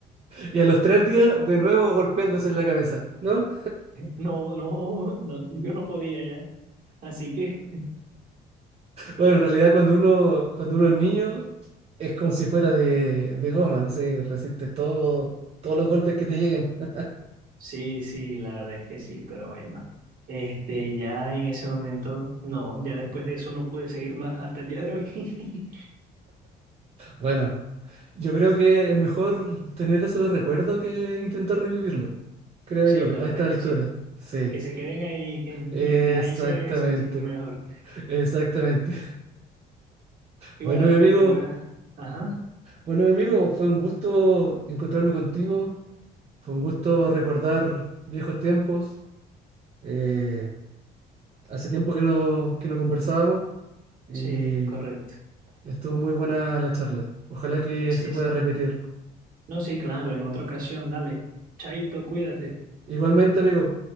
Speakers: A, on the right; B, on the right.
A: Y a los tres días, de nuevo golpeándose en la cabeza, ¿no?
B: No, no, no, yo no podía ya. Así que...
A: Bueno, en realidad cuando uno, cuando uno es niño, es como si fuera de, de goma, no sé, resiste todo, todos los golpes que te lleguen. <laughs>
B: Sí, sí, la verdad es que sí, pero bueno, este, ya en ese momento, no, ya después de eso no pude seguir más hasta el día de hoy. <laughs>
A: Bueno, yo creo que es mejor tener eso de recuerdo que intentar revivirlo, creo
B: Sí,
A: yo,
B: la verdad
A: a esta
B: es
A: altura.
B: que sí,
A: Sí,
B: que se queden ahí, que
A: exactamente,
B: eh, ahí se ve, se se ve mejor.
A: exactamente.
B: Y
A: Bueno,
B: bueno,
A: mi
B: este
A: amigo.
B: te voy a, ajá,
A: Bueno, mi amigo, fue un gusto encontrarme contigo, fue un gusto recordar viejos tiempos. Eh, hace tiempo que no, que no conversábamos y
B: sí, correcto,
A: estuvo muy buena la charla. Ojalá que
B: sí,
A: se pueda
B: sí,
A: repetir.
B: no, sí, claro, en otra ocasión, dale, chaito, cuídate.
A: Igualmente, amigo,